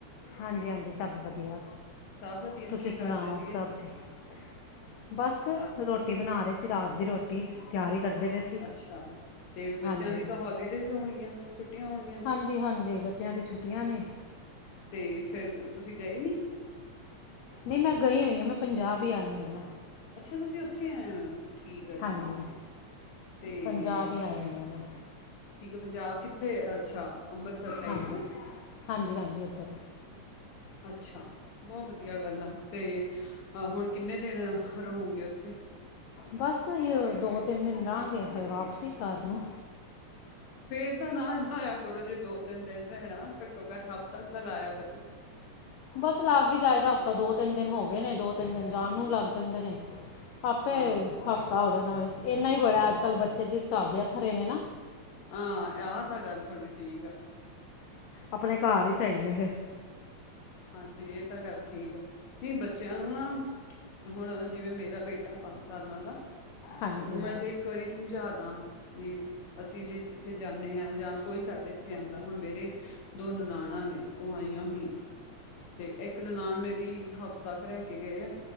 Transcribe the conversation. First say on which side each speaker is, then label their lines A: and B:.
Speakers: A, on the left (about 80°); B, on the left (about 60°).
A: ਹਾਂਜੀ ਹਾਂਜੀ ਸਭ ਵਧੀਆ।
B: ਸਭ ਵਧੀਆ
A: ਤੁਸੀਂ
B: ਕੀ
A: ਸੁਣਾਓ
B: ਕਰਦੇ ਸੀਗੇ
A: ਸਭ ਠੀਕ ਬਸ ਰੋਟੀ-
B: ਸਭ
A: ਰੋਟੀ ਬਣਾ ਰੇ ਸੀ। ਰਾਤ ਦੀ ਰੋਟੀ ਤਿਆਰੀ ਕਰਦੇ ਪਏ ਸੀ।
B: ਅੱਛਾ ਤੇ
A: ਹਾਂਜੀ
B: ਬੱਚਿਆਂ ਦੀ ਤਾਂ ਹੋਲੀਡੇਜ ਹੋਣਗੀਆਂ ਛੁੱਟੀਆਂ ਹੋਣਗੀਆਂ।
A: ਹਾਂਜੀ- ਹਾਂਜੀ ਬੱਚਿਆਂ ਦੀ ਛੁੱਟੀਆਂ ਨੇ।
B: ਤੇ ਫੇਰ ਤੁਸੀਂ ਗਏ ਨੀ।
A: ਨਈ ਮੈਂ ਗਈ ਓਈ ਆਂ। ਮੈਂ ਪੰਜਾਬ ਈ ਆਈ ਓਈ ਆਂ।
B: ਅੱਛਾ ਤੁਸੀਂ ਓਥੇ ਆਏ ਓਂਏ ਓ। ਠੀਕ ਆ ਜੀ
A: ਹਾਂਜੀ
B: ਠੀਕ ਆ। ਤੇ-
A: ਪੰਜਾਬ ਹੀ ਆਈ ਹੋਈ ਹਾਂ ਮੈਂ
B: ਠੀਕ ਆ ਪੰਜਾਬ ਕਿੱਥੇ? ਅੱਛਾ ਅੰਬਰਸਰ ਸਾਈਡ
A: ਹਾਂਜੀ
B: ਨਾ।
A: ਹਾਂਜੀ ਹਾਂਜੀ ਓਧਰ
B: ਅੱਛਾ ਬੋ ਵਧੀਆ ਗੱਲ ਆ। ਤੇ ਅ ਹੁਣ ਕਿੰਨੇ ਦਿਨ ਰਹੋਂਗੇ ਓਥੇ?
A: ਬਸ ਏਹੀ ਓ ਦੋ ਤਿੰਨ ਦਿਨ ਰਾਂਗੇ ਫੇਰ ਵਾਪਸੀ ਘਰ ਨੂੰ।
B: ਫੇਰ ਤਾਂ ਨਾ ਜਾਇਆ ਕਰੋ ਜੇ ਦੋ ਤਿੰਨ ਦਿਨ ਰੈਣਾ। ਘੱਟੋ -ਘੱਟ ਹੱਫ਼ਤਾ ਕਾ ਤਾਂ ਲਾਇਆ ਕਰੋ।
A: ਬਸ ਲੱਗ ਈ ਜਾਏਗਾ ਹਫ਼ਤਾ। ਦੋ ਤਿੰਨ ਦਿਨ ਹੋ ਗਏ ਨੇ ਦੋ ਤਿੰਨ ਦਿਨ ਜਾਣ ਨੂੰ ਲੱਗ ਜਾਂਦੇ ਨੇ। ਆਪੇ
B: ਹਾਂ
A: ਹਫ਼ਤਾ ਹੋ ਜਾਣਾ ਵੇ। ਏਨਾ ਈ ਬੜਾ ਅੱਜ ਕੱਲ੍ਹ ਬੱਚੇ ਜਿਸ ਸਾਬ ਦੇ ਅਥਰੇ ਨੇ ਨਾ
B: ਆਂ ਆਹ ਤਾਂ ਗੱਲ ਤੁਆਡੀ ਠੀਕ ਆ।
A: ਆਪਣੇ ਘਾਰ ਈ ਸ‌ਈ ਨੇ ਫੇਰ।
B: ਹਾਂਜੀ ਏ ਤਾਂ ਗੱਲ ਠੀਕ ਆ। ਨਈ ਬੱਚਿਆਂ ਨੂੰ ਨਾ- ਹੁਣ ਅਗਰ ਜਿਵੇਂ ਮੇਰਾ ਬੇਟਾ ਪੰਜ ਸਾਲਾਂ ਦਾ।
A: ਹਾਂਜੀ
B: ਓਨੂੰ ਮੈਂ ਜੇ- ਵਾਰੀ ਸਮਝਾਦਾਂ ਵੀ ਅਸੀਂ ਜੇ ਕਿੱਥੇ ਜਾਂਨੇ ਆਂ, ਜਾਂ ਕੋਈ ਸਾਡੇ ਇੱਥੇ ਆਂਦਾ। ਹੁਣ ਮੇਰੇ- ਦੋ ਨਨਾਣਾਂ ਨੇ ਉਹ ਆਈਆਂ ਹੋਈਂ। ਤੇ, ਏਕ ਨਣਾਨ ਮੇਰੀ ਹਫ਼ਤਾ ਕ ਰਹਿ ਕੇ ਗਏ ਆ,